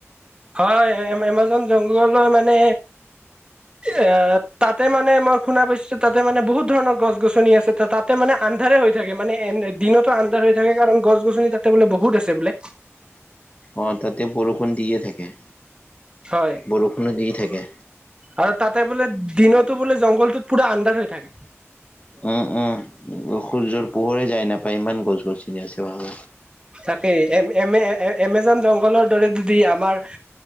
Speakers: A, on the right (about 20°); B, on the left (about 30°).
A: হয় এ, এমাজন জংঘললৈ মানে এ, তাতে মানে মই শুনা পাইছোঁ তাতে মানে বহুত ধৰণৰ গছ গছনি আছে, তাতে মানে আন্ধাৰে হৈ থাকে মানে এ, দিনতো আন্ধাৰ হৈ থাকে কাৰণ গছ গছনি তাতে বোলে বহুত আছে বোলে।
B: অ' তাতে বৰষুণ দিয়ে থাকে।
A: হয়
B: বৰষুণো দি থাকে।
A: আৰু ততে বোলে দিনতো বোলে জংঘলটোত পুৰা অন্দাৰ হৈ থাকে।
B: উম, উম, সূৰ্যৰ পোহৰে যায় নাপায় ইমান গছ গছ চিনি আছে। ভাল
A: তাকে এম এমে এমেজন জংঘলৰ দৰে যদি আমাৰ